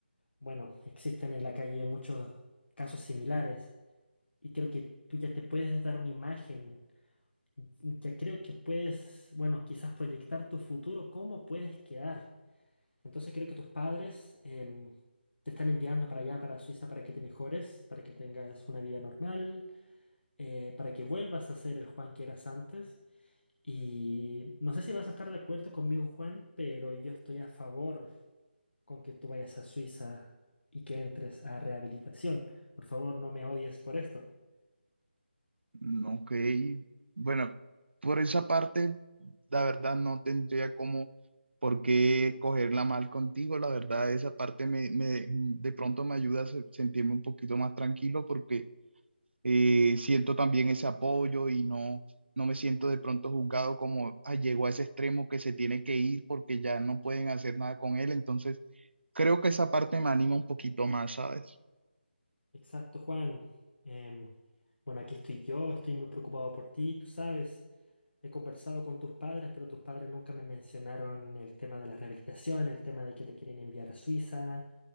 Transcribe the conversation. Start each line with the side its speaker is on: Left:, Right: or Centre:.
Left: bueno, existen en la calle muchos casos similares y creo que tú ya te puedes dar una imagen ya creo que puedes, bueno, quizás proyectar tu futuro, cómo puedes quedar. Entonces creo que tus padres em, te están enviando para allá, para Suiza, para que te mejores, para que tengas una vida normal, eh, para que vuelvas a ser el Juan que eras antes. Y no sé si vas a estar de acuerdo conmigo, Juan, pero yo estoy a favor con que tú vayas a Suiza y que entres a rehabilitación. Por favor, no me odies por esto.
Right: Mm, Ok, bueno, por esa parte, la verdad no tendría como por qué cogerla mal contigo, la verdad esa parte me, me- de pronto me ayuda a se- sentirme un poquito más tranquilo porque eh, siento también ese apoyo y no, no me siento de pronto juzgado como, "Ay, llegó a ese extremo que se tiene que ir porque ya no pueden hacer nada con él. Entonces, creo que esa parte me anima un poquito más, ¿sabes?
Left: Exacto, Juan. Em, bueno, aquí estoy yo, estoy muy preocupado por ti, tú sabes. He conversado con tus padres, pero tus padres nunca me mencionaron el tema de la rehabilitación, el tema de que te quieren enviar a Suiza.